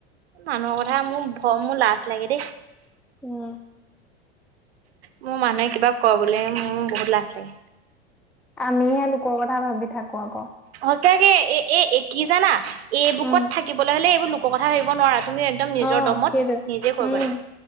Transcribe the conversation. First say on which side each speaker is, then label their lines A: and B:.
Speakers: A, on the right (about 70°); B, in the centre.
A: মানুহৰ কথা মোৰ ভ মোৰ লাজ লাগে দেই।
B: উম।
A: মোৰ মানুহে কিবা ক'বলে মোৰ বহুত লাজ লাগে।
B: আমিহে লোকৰ কথা ভাবি থাকো অকৌ
A: লোকে কি এ এ কি জানা। এই বুকত
B: উম
A: থাকিবলৈ হ'লে এইবোৰ লুক কপাহেৰা এৰিব নোৱাৰা। তুমি একদম নিজৰ
B: অ
A: দমত
B: সেইটোৱে
A: নিজে কৰিব
B: উম
A: লাগিব।